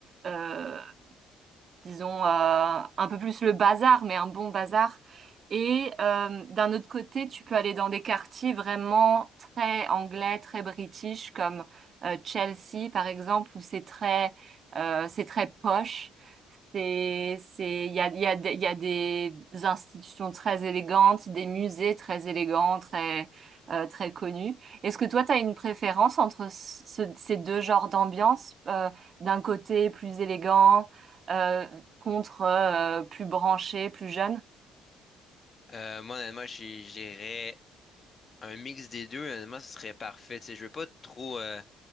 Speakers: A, on the right; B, on the left.
A: euh, disons, euh, un peu plus le bazar, mais un bon bazar. Et euh, d'un autre côté, tu peux aller dans des quartiers vraiment très anglais, très british, comme euh, Chelsea, par exemple, où c'est très, euh, c'est très poche. C'est, c'est, il y a, il y a, des- il y a des institutions très élégantes, des musées très élégants, très, euh, très connus. Est-ce que toi, tu as une préférence entre ce- ces deux genres d'ambiance, euh, d'un côté plus élégant? euh, contre euh, plus branchés, plus jeunes?
B: Euh, moi, honnêtement, j'ai- j'irais un mix des deux. Honnêtement, ce serait parfait. Tu sais, je veux pas trop euh,